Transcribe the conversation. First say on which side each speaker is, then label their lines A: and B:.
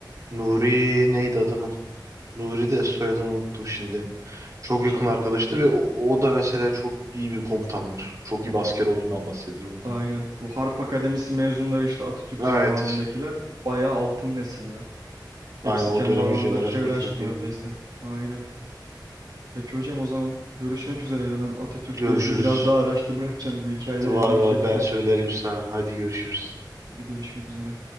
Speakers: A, on the right; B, on the right.
A: Nuri neydi adamın? Nuri de soyadını unuttum şimdi. Çok
B: Hiç
A: yakın
B: hatırlamıyorum.
A: arkadaştır ve o o da mesela çok iyi bir komutandır. Çok iyi bir asker olduğundan bahsedilir onda.
B: Aynen. Bu Harp Akademisi mezunları işte Atatürk
A: Evet.
B: zamanındakiler bayağı altın nesil ya. Hepsi
A: Aynen o
B: kendi
A: dönemin
B: alanında
A: jenerasyonu
B: çığır açtı
A: çok iyi.
B: neredeyse. Aynen. Peki hocam o zaman görüşmek üzere ya. Ben Atatürk'le
A: Görüşürüz.
B: ilgili biraz daha araştırma yapacağım. Bu hikayeler
A: Var
B: ilgimi
A: var
B: çekti.
A: ben söylerim sana. Hadi görüşürüz.
B: Hadi görüşmek üzere.